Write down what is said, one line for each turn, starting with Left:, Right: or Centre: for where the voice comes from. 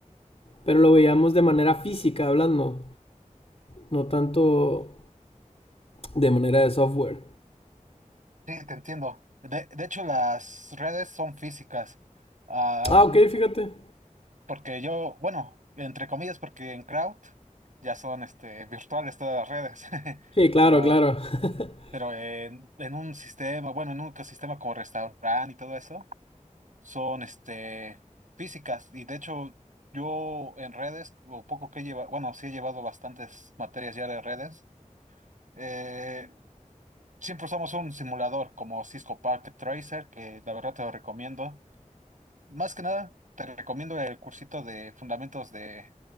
Left: pero lo veíamos de manera física hablando, no tanto de manera de software.
Right: Sí, te entiendo. De, de hecho, las redes son físicas. Ah,
Left: Ah,
Right: mm,
Left: ok, fíjate.
Right: porque yo, bueno, entre comillas, porque en Crowd ya son este, virtuales todas las redes. <laughs>
Left: Sí, claro,
Right: Pero,
Left: claro. <laughs>
Right: pero en, en un sistema, bueno, en un ecosistema como restaurante y todo eso, son este, físicas. Y de hecho, yo en redes, lo poco que he llevado, bueno, sí he llevado bastantes materias ya de redes. Eh, siempre usamos un simulador como Cisco Packet Tracer, que la verdad te lo recomiendo. Más que nada, te recomiendo el cursito de fundamentos de